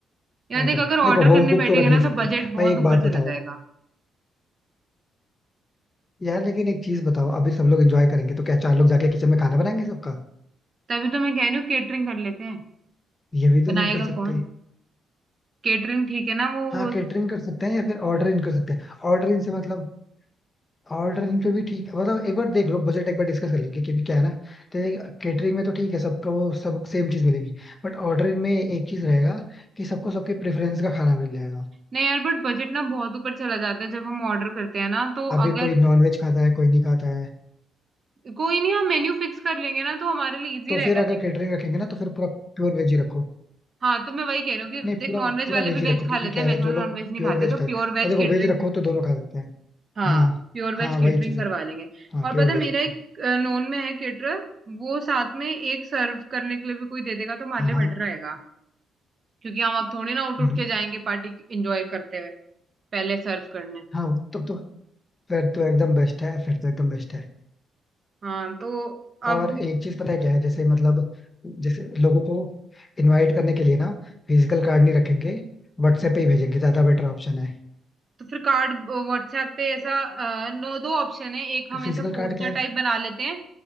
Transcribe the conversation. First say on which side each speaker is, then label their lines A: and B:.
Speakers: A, on the left; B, on the right.
A: क्या
B: यार देख
A: करना
B: अगर
A: है देखो
B: ऑर्डर
A: होम
B: करने
A: कुक
B: बैठेंगे
A: तो रख नहीं
B: ना
A: सकते
B: तो बजट बहुत
A: भाई एक
B: ऊपर
A: बात
B: चला
A: बताओ
B: जाएगा
A: यार लेकिन एक चीज बताओ अभी सब लोग एंजॉय करेंगे तो क्या चार लोग जाके किचन में खाना बनाएंगे सबका
B: तभी तो मैं कह रही हूँ केटरिंग कर लेते हैं
A: ये भी तो
B: बनाएगा
A: नहीं कर सकते
B: कौन केटरिंग ठीक है ना वो
A: हाँ कैटरिंग कर सकते हैं या फिर ऑर्डर इन कर सकते हैं ऑर्डर इन से मतलब ऑर्डर इन पे भी ठीक है मतलब एक बार देख लो बजट एक बार डिस्कस कर लेंगे क्योंकि क्या है ना कैटरिंग में तो ठीक है सबको वो सब सेम चीज मिलेगी बट ऑर्डर इन में एक चीज रहेगा कि सबको सबके प्रेफरेंस का खाना मिल जाएगा
B: नहीं यार बट बजट ना बहुत ऊपर चला जाता है जब हम ऑर्डर करते हैं ना तो
A: अभी
B: अगर
A: कोई नॉन वेज खाता है कोई नहीं खाता है
B: कोई नहीं हम मेन्यू फिक्स कर लेंगे ना तो हमारे लिए इजी
A: तो
B: रहेगा
A: फिर अगर कैटरिंग रखेंगे ना तो फिर पूरा प्योर वेज ही रखो
B: हाँ तो मैं वही कह रही हूँ
A: नहीं
B: कि देख
A: पूरा
B: नॉनवेज
A: पूरा
B: वाले
A: वेज
B: भी
A: ही रखो
B: वेज खा
A: क्योंकि
B: लेते
A: क्या
B: हैं
A: है
B: वेज
A: ना
B: वाले
A: जो लोग
B: नॉनवेज नहीं
A: प्योर
B: खाते
A: वेज
B: तो
A: खाते
B: प्योर
A: हैं
B: वेज
A: और देखो
B: केटरिंग
A: वेज रखो तो दोनों खा सकते हैं
B: हाँ
A: हाँ
B: प्योर वेज
A: हाँ
B: केटरिंग
A: वही चीज
B: करवा
A: है
B: लेंगे
A: हाँ
B: और
A: प्योर
B: पता
A: वेज
B: है, मेरा
A: रखो
B: एक नॉन में है केटरर वो साथ में एक सर्व करने के लिए भी कोई दे देगा तो हमारे
A: हाँ
B: लिए
A: हाँ
B: बेटर रहेगा क्योंकि हम अब थोड़ी ना उठ
A: हम्म,
B: उठ के जाएंगे पार्टी एंजॉय करते हुए पहले सर्व करने
A: हाँ तब तो फिर तो एकदम बेस्ट है फिर तो एकदम बेस्ट है
B: हाँ तो अब
A: और एक चीज पता है क्या है जैसे मतलब जैसे लोगों को इनवाइट करने के लिए ना फिजिकल कार्ड नहीं रखेंगे व्हाट्सएप पे ही भेजेंगे ज्यादा बेटर ऑप्शन है
B: तो फिर कार्ड व्हाट्सएप पे ऐसा अ, नो दो ऑप्शन है एक हम
A: फिजिकल
B: ऐसा पोस्टर
A: कार्ड क्या है
B: टाइप बना लेते हैं